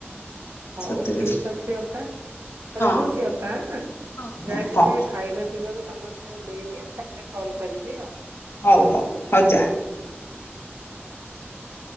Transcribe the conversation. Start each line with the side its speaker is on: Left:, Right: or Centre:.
Right: ହଉ
Left: ସେତିକି
Right: ଠିକ ଅଛି ଅପା।
Left: ହଁ
Right: ରହୁଛି ଅପା ଆଁ,
Left: ହଁ
Right: ଯାଇକି
Left: ହଁ ହଉ
Right: ଟିକେ ଖାଇବା ପିଇବାକୁ ସମସ୍ତେ ମୁଁ ଦେଇଦିଏ ତାପରେ କଲ୍ କରିବି ଆଉ।
Left: ହଉ ହଉ ହଉ ଯା।
Right: <inaudible>